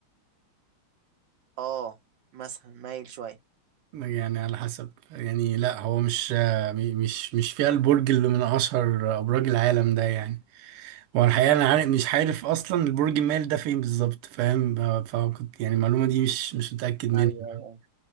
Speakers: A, on the right (about 65°); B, on the right (about 85°).
A: اه مثلا مايل شويه
B: يعني على حسب يعني لا هو مش آه، م- مش مش فيها البرج اللي من اشهر ابراج العالم ده يعني هو الحقيقة انا عارف مش عارف اصلا البرج المايل ده فين بالظبط فاهم آه، فكنت يعني المعلومة دي مش مش متأكد منها
A: ايوه
B: يعني.
A: ايوه